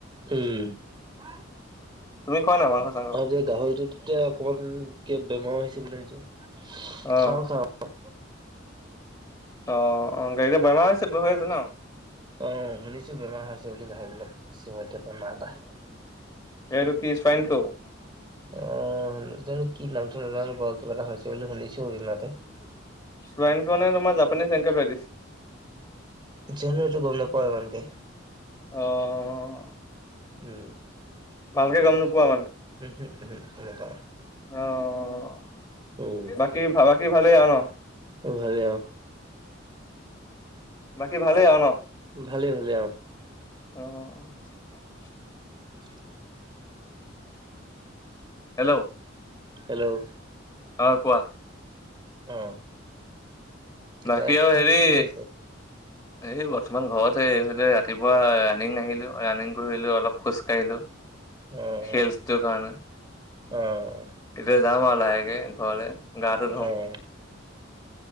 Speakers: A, on the right; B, on the left.
A: উম। আৰু
B: তুমি খোৱা নাই মাংস
A: এতিয়া
B: চাংস?
A: গাহৰিটোতিয়া অকমান কিয় বেমাৰ হৈছে বুলিা
B: অ',
A: খাওঁ খাওঁ।
B: অ', অ, গাড়ীতে <unintelligible> আছে ন?
A: অ', শুনিছো বেমাৰ হৈ আছে বুলি গাহৰি বিলাক <unintelligible>
B: এইটো কি চোৱাইন ফ্ল'?
A: অ', জানো কি নামটো নাজানো বাৰু, কিবা এটা হৈছে বুলি শুনিছো <unintelligible>
B: ছোৱাইন ফ্লু নে তোমাৰ জাপানীজ এনকেফেলাইটিছ?
A: জানো এইটো গম নাপাওঁ ইমানকে।
B: অ'
A: উম।
B: ভালকে গম নোপোৱা মানে?
A: ম এনেকুৱা
B: অ'।
A: উম,
B: বাকী বাকী ভালেই আৰু ন?
A: ভালে আৰু
B: বাকী ভালেই আৰু ন?
A: ভালে ভালে আহ।
B: অ'
A: <inaudible>
B: হেল্ল'
A: হেল্ল'
B: অ' কোৱা।
A: অ, এতিয়া
B: বাকী আৰু
A: কি
B: হেৰি
A: কি কৰিছিলা?
B: এই বৰ্তমান ঘৰতে, এইফালে ৰাতিপুৱা ৰানিং আহিলো, ৰানিং কৰিলো, অলপ খোজ কাঢ়িলো
A: অ',
B: হেলথ্টোৰ কাৰণে। এতিয়া
A: অ',
B: যাম আৰু লাহেকে, ঘৰলৈ, গাটো ধুম
A: অ'।